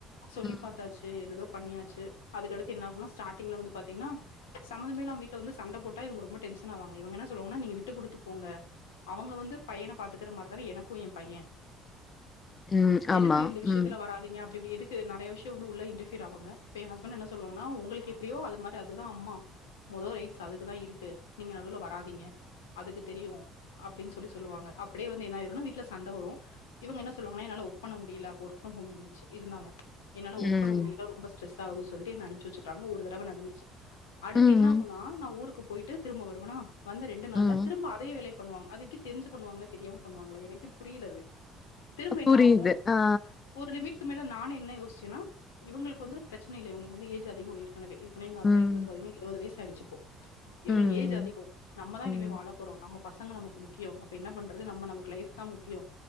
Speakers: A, on the left (about 80°); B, on the left (about 35°).
A: சொல்லிப்
B: ம்.
A: பாத்தாச்சு எதேதோ பண்ணியாச்சு அதுக்கடுத்து என்ன ஆகுன்னா ஸ்டார்ட்டிங்ல வந்து பாத்திங்ன்னா சம்மந்தமே இல்லாம வீட்ல வந்து சண்ட போட்டா இவ்ங்க ரொம்ப டென் ஷனாவாங்க இவுங்க என்ன சொல்வாங்ன்னா நீங்க விட்டு குடுத்து போங்க அவங்க வந்து பையன பாத்துக்குற மாறிதான எனக் கு என் பைய
B: ம். ஆமா.
A: எதுக்கு இந்த விஷ்யத்துல
B: ம்.
A: வராதிங்க அப் பட்டி இப்டி எதுக்கு நெறய விஷ்யம் வந்து உள்ள இன்ட்டரஃபியர் ஆவாங்க அப்ப என் ஹஸ்பண்ட் என்ன சொல்வாங்கன்னா உங்ளுக்கு எப்டியோ அது மாறி அதுதா அம்மா மொதோ ரைட்ஸ் அதுக்குதா இருக்கு நீங்க நடுல வராதிங்க அதுக்கு தெரியு அப்டின் சொல்லி சொல்லுவாங்க அப்டியே வந்து என்னாயிருன்னா வீட் வீட்ல சண்ட வரு இவுங்க என்ன சொல்வாங்கன்னா என்னால ஒர்க் பண்ண முடியல அப்ப ஒர்க் ஃப்ரம் ஹோம் இருந்துச்சி இருந்தாங்க என்னால
B: ம்.
A: ஒர்க் பண்ண முடில ரொம்ப ஸ்ரெஸ்ஸாவுது சொல்ட்டு என்ன அனுப்ச்சுவச்சிட்டாங்க ஒரு தடவ நடந்துச்சு அடுத்து
B: ம்.
A: என்ன ஆகுன்னா நா ஊருக்கு போய்ட்டு திரும்ப வருவனா வந்த ரெண்டு நாள்ல
B: ம்.
A: திரும்ப அதே வேலய பண்ணுவாங்க அது எப்டி தெரிஞ்சி பண்ணுவாங்ளா தெரியாம பண்ணுவாங்களா எனக்கே புரியல அது திரும்ப என்ன
B: புரியுது.
A: ஆகு
B: ஆ.
A: ஒரு லிமிட்க்கு மேல நானு என்ன யோசிச்சேன்னா இவங்களுக்கு வந்து ப்ரச்சன இல்ல இவங்களுக்கு வந்து ஏஜ் அதிகொ ஏற்கனவே மே எங்க அத்தைக்கு
B: ம்.
A: வந்து பாத்தீங்னா எழுவது வயஸ் ஆயிடுச்சி இப்போ இவங்களுக்கு
B: ம்.
A: ஏஜ் அதிகொ நம்ம தா
B: ம்.
A: இனிமே வாழ போறோ நம்ம பசங்க நமக்கு முக்கியொ அப்ப என்னா பண்றது நம்ம நமக்கு லைஃப் தா முக்கியொ